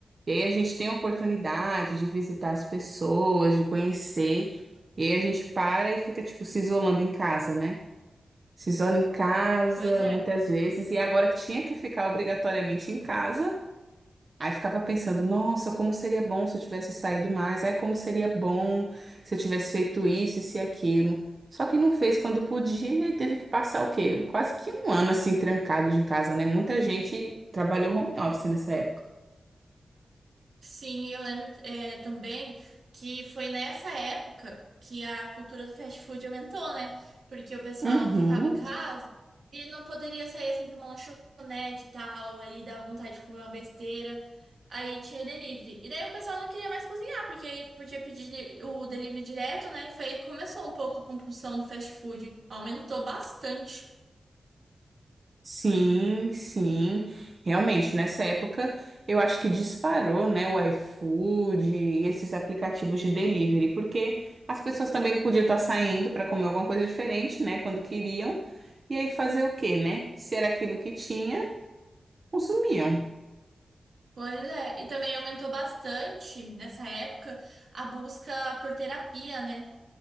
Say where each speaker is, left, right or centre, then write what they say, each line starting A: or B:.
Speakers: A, on the right; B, on the right.
A: e aí a gente tem a oportunidade de visitar as pessoas, de conhecer, e aí a gente para e fica, tipo, se isolando em casa, né? Se isola em casa,
B: Pois é.
A: muitas vezes, e agora que tinha que ficar obrigatoriamente em casa, aí ficava pensando, nossa, como seria bom se eu tivesse saído mais, ai, como seria bom se eu tivesse feito isso, isso e aquilo. Só que não fez quando podia, e aí teve que passar o quê? Quase que um ano assim, trancado de casa, né? Muita gente trabalhou home office nessa época.
B: Sim, e eu lembro é, também que foi nessa época que a cultura do fast food aumentou, né? Porque o pessoal
A: Uhum.
B: ficava em casa e não poderia sair assim para uma lanchonete e tal, aí dava vontade de comer uma besteira, aí tinha o delivery. E daí o pessoal não queria mais cozinhar, porque aí podia pedir o delivery direto, né? E foi aí que começou um pouco a compulsão do fast food, aumentou bastante.
A: Sim, sim, realmente, nessa época eu acho que disparou, né, o iFood e esses aplicativos de delivery, porque as pessoas também não podiam estar saindo para comer alguma coisa diferente, né, quando queriam, e aí fazer o quê, né? Se era aquilo que tinha, consumiam.
B: Pois é, e também aumentou bastante nessa época a busca por terapia, né?